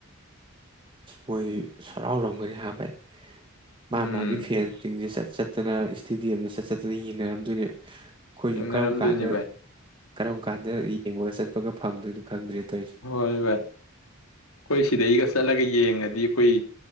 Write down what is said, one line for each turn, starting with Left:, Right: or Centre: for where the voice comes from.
Right: ꯃꯣꯏ ꯁꯔꯥꯎꯔꯝꯒꯅꯤ ꯍꯥꯏꯦ ꯃꯥ
Left: ꯎꯝ
Right: ꯃꯥꯒꯤ ꯐꯦꯟꯁꯤꯡꯁꯦ ꯆꯠ ꯆꯠꯇꯅ ꯏꯁꯇꯤꯗꯤ ꯑꯦꯝꯗ ꯆꯠ ꯆꯠꯇꯅ ꯌꯦꯡꯟꯅꯔꯝꯗꯣꯏꯅꯦ ꯑꯩꯈꯣꯏꯁꯨ
Left: ꯌꯦꯡꯅꯔꯝꯗꯣꯏꯅꯦ
Right: ꯀꯔꯝ ꯀꯥꯟꯗ
Left: ꯚꯥꯏ
Right: ꯀꯔꯝ ꯀꯥꯟꯗ ꯌꯦꯡꯉꯒ ꯆꯠꯄꯒ ꯐꯪꯗꯣꯏꯅꯣ ꯈꯪꯗ꯭ꯔꯦ ꯇꯧꯔꯤꯁꯦ
Left: ꯍꯣꯏ ꯚꯥꯏ ꯀꯣꯏ ꯁꯤꯗꯩ ꯏꯒꯁ ꯆꯂꯒ ꯌꯦꯡꯉꯗꯤ ꯑꯩꯈꯣꯏ